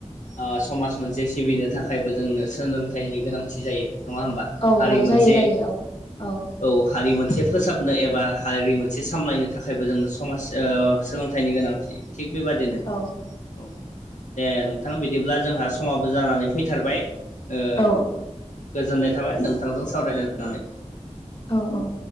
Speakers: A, on the left (about 80°); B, on the left (about 50°).
A: ओ समाज मोनसे सिबिनो थाखायबो जोंनो सोलोंथाइनि गोनांथि जायो। नङा होमबा
B: औ
A: हारि
B: औ
A: मोनसे
B: जायो जायो औ
A: औ हारि मोनसे फोसाबनो एबा हारि मोनसे सामलायनो थाखायबो जोंनो समाज ओ सोलोंथाइनि गोनांथि थिग बेबादिनो
B: औ
A: औ दे नोंथां बिदि बिदिब्ला जोंहा समाबो जानानै फैथारबाय ओ
B: औ
A: गोजोननाय थाबाय नोंथांजों सावराय मोननानै
B: औ औ